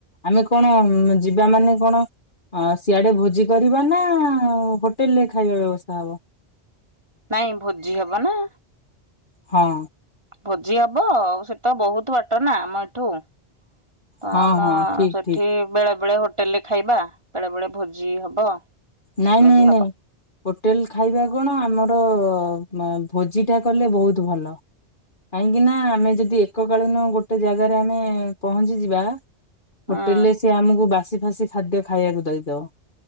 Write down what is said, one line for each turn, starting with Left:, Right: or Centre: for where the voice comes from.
Left: ଆମେ କଣ ଯିବା ମାନେ କଣ - ଅଁ ସିଆଡେ ଭୋଜି କରିବା ନା ହୋଟେଲ ରେ ଖାଇବା ବ୍ୟବସ୍ତା ହବ?
Right: ନାଇଁ ଭୋଜି ହବ ନା।
Left: ହଁ।
Right: ଭୋଜି ହବ ଆଉ ସେ ତ ବହୁତ ବାଟ ନା ଆମ ଏଠୁ। ତ
Left: ହଁ
Right: ଆମେ
Left: ହଁ ଠିକ୍
Right: ସେଠି
Left: ଠିକ୍
Right: ବେଳେ ବେଳେ ହୋଟେଲରେ ଖାଇବା ବେଳେ ବେଳେ ଭୋଜି ହବ
Left: ନାଇଁ
Right: ଏମିତି
Left: ନାଇଁ
Right: ହବ
Left: ନାଇଁ। ହୋଟେଲ ଖାଇବା କଣ ଆମର ମ ଭୋଜିଟା କଲେ ବହୁତ ଭଲ କାହିଁକି ନା ଆମେ ଯଦି ଏକକାଳୀନ ଗୋଟେ ଜାଗାରେ ଆମେ ପହଞ୍ଚିଯିବା ହୋଟେଲ
Right: ହୁଁ
Left: ରେ ସିଏ ଆମକୁ ବାସି ଫାସି ଖାଦ୍ୟ ଖାଇବାକୁ ଦେଇଦବ